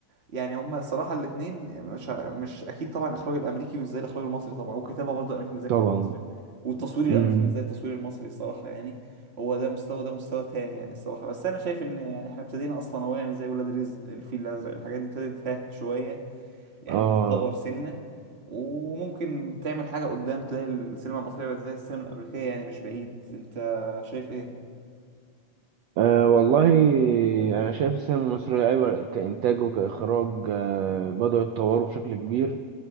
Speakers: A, on the right; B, on the right.
A: يعني هما الصراحه الاثنين مش ه- مش اكيد طبعا الاخراج الامريكي مش زي الاخراج المصري طبعا والكتابه برضه الامريكي مش زي الكتابه
B: طبعا
A: المصري والتصوير الامريكي
B: امم
A: مش زي التصوير المصري الصراحه يعني هو ده مستوى ده مستوى تاني يعني الصراحه بس انا شايف ان يعني احنا ابتدينا اصلا اهو يعني زي ولاد رزق الفيل الازرق الحاجات دي ابتدت ها شويه يعني
B: آه.
A: تتطور سنه وممكن تعمل حاجه قدام تلاقي السينما المصريه بقت زي السينما الامريكيه يعني مش بعيد انت شايف ايه
B: آه والله أنا شايف السينما المصرية أيوة كإنتاج وكإخراج آه بدأوا يتطوروا بشكل كبير